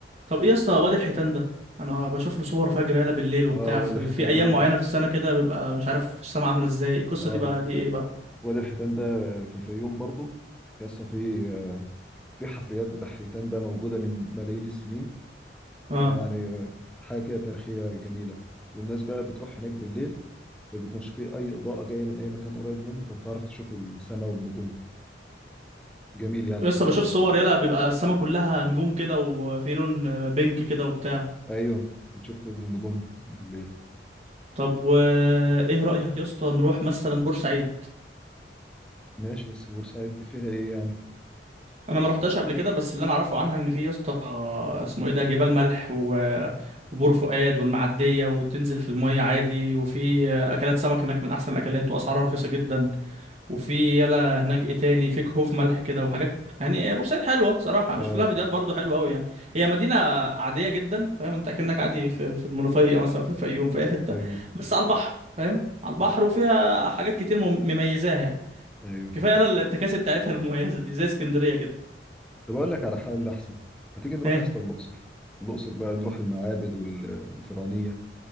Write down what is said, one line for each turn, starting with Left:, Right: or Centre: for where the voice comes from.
Right: طب ايه يا اسطى واد الحيتان ده انا بشوف له صور فجر يالا بالليل وبتاع
Centre: اه وادي
Right: في,
Centre: الحيتان
Right: في ايام
Centre: ده برضه
Right: معينه في السنه كده بيبقى مش عارف السما عامله ازاي القصه
Centre: اه
Right: دي بقى دي ايه بقى
Centre: وادي الحيتان ده في الفيوم برضه يا اسطى في آه، في حفريات بتاع حيتان بقى موجودة من ملايين السنين
Right: اه
Centre: يعني حاجة كده تاريخية جميلة والناس بقى بتروح هناك بالليل ما بيكونش فيه أي إضاءة جاية من أي مكان قريب منه فبتعرف تشوف السماء والنجوم جميل يعني
Right: يا
Centre: بصراحة
Right: اسطى بشوف صور يالا بيبقى السما كلها نجوم كده وفي لون بينك كده وبتاع
Centre: أيوه بتشوف كل النجوم بالليل
Right: طب وايه رايك يا اسطى نروح مثلا بورسعيد
Centre: ماشي بس بورسعيد دي فيها إيه يعني
Right: انا ما روحتش قبل كده بس اللي انا اعرفه عنها ان في يا اسطى اسمه ايه ده جبال ملح و- وبور فؤاد والمعديه وتنزل في الميه عادي وفي اكلات سمك هناك من احسن الاكلات واسعارها رخيصه جدا وفي يلا هناك ايه تاني في كهوف ملح كده وحاجات يعني بورسعيد حلوه صراحه مش
Centre: آه
Right: لها فيديوهات برضو حلوه قوي يعني هي مدينه عاديه جدا فاهم انت اكنك عادي في في المنوفيه مثلا في الفيوم في اي حته
Centre: أيوه
Right: بس على البحر فاهم على البحر
Centre: مم،
Right: وفيها حاجات كتير مم- مميزاها يعني
Centre: أيوه
Right: كفايه يلا التكاسي بتاعتها المميزه دي زي اسكندريه كده
Centre: طب أقول لك على حل أحسن ما تيجي نروح
Right: ايه؟
Centre: يا اسطى الأقصر الأقصر بقى نروح المعابد والفرعونية